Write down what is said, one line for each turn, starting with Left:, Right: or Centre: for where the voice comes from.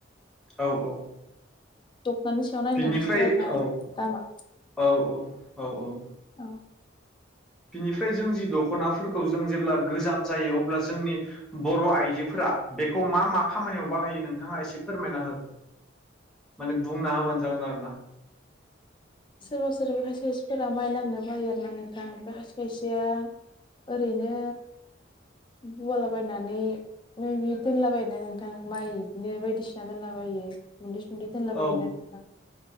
Centre: औ औ
Left: दखनानि सायाव नायनानैसो
Centre: बिनिफ्राय
Left: आरोना
Centre: औ
Left: दामा
Centre: औ औ औ औ
Left: औ
Centre: बिनिफ्राय जों जि दख'नाफोरखौ जों जेब्ला गोजाम जायो अब्ला जोंनि बर' आइजोफोरा बेखौ मा मा खामानियाव बाहायो नोंथाङा एसे फोरमायना हो माने बुंना होबानो जागोन आरो ना
Left: सोरबा सोरबि खायसे खायसेफोरा माइ लामनो बायो आर ना नोंथां बे खायसे खायसेया ओरैनो उवालाबायनानै मै बि दोनलाबायायोना नोंथां माइ इदिनो बायदिसिना दोनलाबायो गुन्दै सुनदै दोनला
Centre: औ
Left: बायोना नोंथां